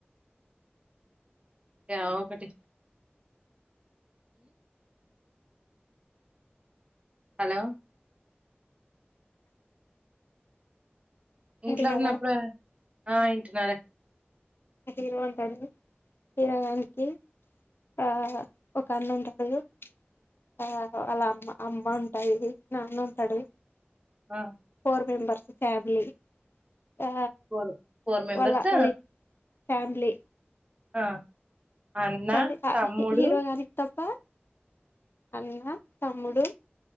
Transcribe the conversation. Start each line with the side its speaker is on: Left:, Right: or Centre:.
Right: గా ఒకటి హలో
Left: వింటున్నావా
Right: ఇంట్లో ఉన్నప్పుడా, ఆ ఇంటున్నారే
Left: హీరో ఉంటడు హీరోయినికి ఆ ఒక అన్న ఉంటడు ఆ వాళ్ళ అమ్మ అమ్మ ఉంటాది నాన్న ఉంటాడు
Right: ఆ
Left: ఫోర్ మెంబేర్స్ ఫ్యామలీ ఆ
Right: ఫోర్ ఫోర్ మెంబర్స్
Left: వాళ్ళ వాళ్ళ ఫ్యామిలీ
Right: ఆ అన్న
Left: కానీ ఆ
Right: తమ్ముడు
Left: హీరోగానికి తప్ప అన్న తమ్ముడు